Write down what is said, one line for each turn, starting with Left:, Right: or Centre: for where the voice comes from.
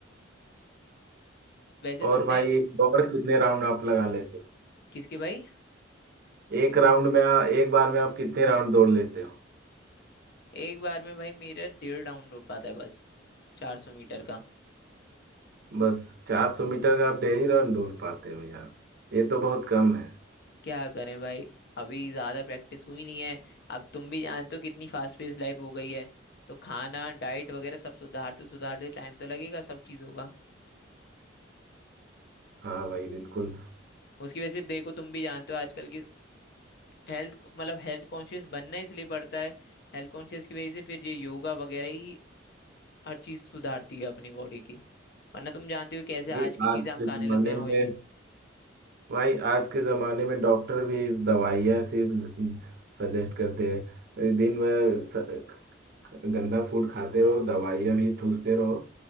Left: वैसे तुमने
Right: और भाई दौड़ कितने राउंड आप लगा लेते हो
Left: किसके भाई
Right: एक राउंड में आ- एक बार में आप कितने राउंड दौड़ लेते हो
Left: एक बार में भाई मेरा डेढ़ राउंड हो पाता है बस चार सौ मीटर का
Right: बस चार सौ मीटर का आप डेली राउंड दौड़ पाते हो यार ये तो बहुत कम है
Left: क्या करें भाई अभी ज्यादा प्रैक्टिस हुई नहीं है अब तुम भी जानते हो कितनी फास्ट पेस लाइफ हो गई है तो खाना डाइट वगैरह सब सुधारते सुधारते टाइम तो लगेगा सब चीज होगा
Right: हाँ भाई बिल्कुल
Left: उसकी वजह से देखो तुम भी जानते हो आजकल की हेल्थ मतलब हेल्थ कॉन्शियस बनना इसलिए पड़ता है हेल्थ कॉन्शियस की वजह से फिर ये योगा वगैरह ही हर चीज सुधारती है अपनी बॉडी की वरना तुम जानते हो कैसे
Right: भाई
Left: आज की
Right: आज
Left: चीजें हम
Right: के
Left: खाने
Right: जमाने
Left: लग गए हैं ऑयली
Right: में भाई आज के ज़माने में डॉक्टर भी दवाइयाँ सिर्फ सजेस्ट करते हैं दिन भर स- गंदा फूड खाते रहो दवाइयाँ भी ठूसते रहो